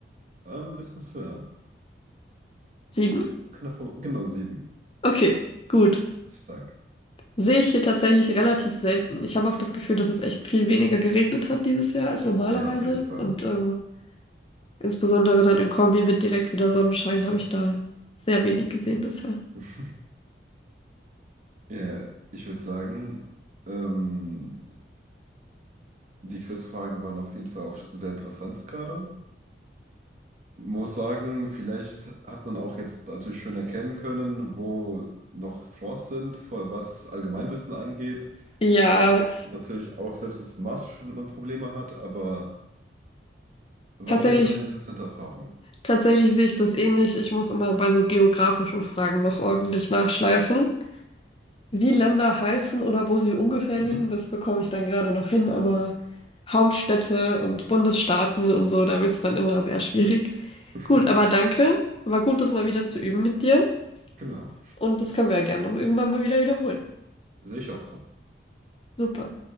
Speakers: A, on the right; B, on the left.
A: äh, ein bisschen was höher.
B: Sieben?
A: Knapp, vor- genau, sieben.
B: Okay, gut.
A: Das ist stark.
B: Sehe ich hier tatsächlich relativ selten. Ich habe auch das Gefühl, dass es echt viel weniger geregnet hat dieses Jahr als normalerweise.
A: Ja, auf jeden Fall.
B: Und ähm, Insbesondere dann in Kombi mit direkt wieder Sonnenschein habe ich da sehr wenig gesehen bisher.
A: <laughs> Ja, ich würde sagen, ähm, Die Quizfragen waren auf jeden Fall auch sehr interessant gerade. Muss sagen, vielleicht hat man auch jetzt natürlich schön erkennen können, wo noch Flaws sind, vor- was Allgemeinwissen angeht.
B: Ja,
A: Das natürlich auch selbst das Masterstudent man Probleme hat, aber war
B: tatsächlich,
A: auf jeden Fall eine interessante Erfahrung.
B: tatsächlich sehe ich das ähnlich. Ich muss immer bei so geografischen Fragen noch ordentlich nachschleifen. Wie Länder heißen oder wo sie ungefähr
A: Mhm.
B: liegen, das bekomme ich dann gerade noch hin, aber Hauptstädte und Bundesstaaten und so, da wird es dann immer sehr schwierig.
A: <laughs>
B: Gut, aber danke. War gut, das mal wieder zu üben mit dir.
A: Genau.
B: Und das können wir ja gerne irgendwann mal wieder wiederholen.
A: Sehe ich auch so.
B: Super.